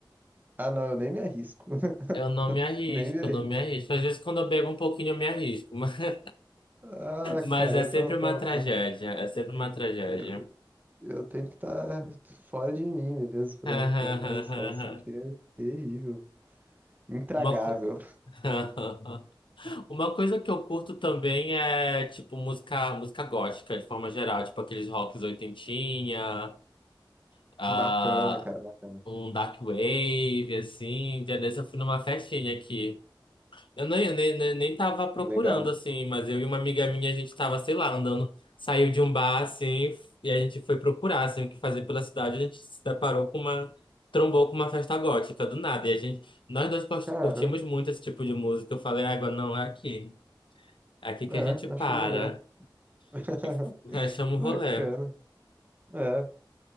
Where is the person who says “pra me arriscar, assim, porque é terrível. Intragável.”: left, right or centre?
Right